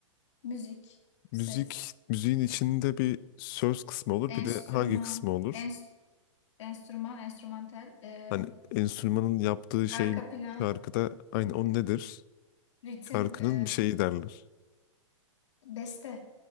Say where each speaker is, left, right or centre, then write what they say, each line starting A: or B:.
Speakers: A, on the left; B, on the left.
A: Müzik,
B: Müzik,
A: ses,
B: müziğin içinde bir söz kısmı olur,
A: enstrüman,
B: bir de hangi kısmı olur?
A: ens- enstrüman, enstrümantal, e,
B: Hani enstrümanın yaptığı şey
A: arka plan,
B: şarkıda aynı
A: e,
B: o nedir?
A: ritim,
B: Şarkının
A: e,
B: bir şeyi derler.
A: beste.